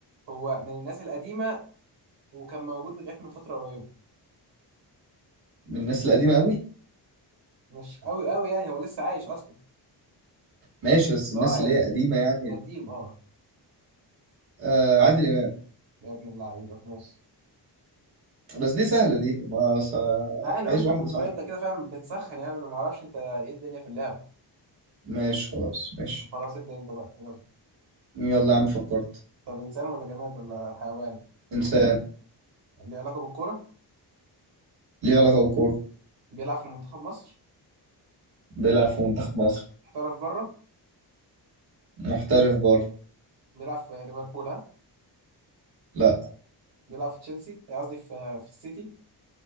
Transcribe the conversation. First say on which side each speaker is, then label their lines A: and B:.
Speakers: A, on the right (about 85°); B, on the right (about 65°).
A: هو من الناس القديمه وكان موجود لغايه من فتره قريبه
B: من الناس القديمه قوي
A: مش قوي قوي يعني هو لسه عايش اصلا
B: ماشي بس الناس
A: اه يعني
B: اللي هي قديمه يعني
A: قديم اه
B: آه، عادل امام
A: يا ابن اللعيبه ماشي
B: بس دي سهله دي ما ص...
A: ما انا
B: عايز
A: قلت
B: واحده
A: الموضوع
B: صعبه
A: يبدا كده فاهم بنسخن يعني انا ما اعرفش انت ايه الدنيا في اللعبه
B: ماشي خلاص ماشي
A: خلاص ابدا انت بقى يلا
B: يلا يا عم فكرت
A: طب انسان ولا جماد ولا حيوان
B: انسان
A: اللي علاقه بالكوره
B: ليه علاقه بالكوره
A: بيلعب في منتخب مصر
B: بيلعب في منتخب مصر
A: احترف بره
B: محترف بره
A: بيلعب في ليفربول ها
B: لا
A: بيلعب في تشيلسي قصدي في في السيتي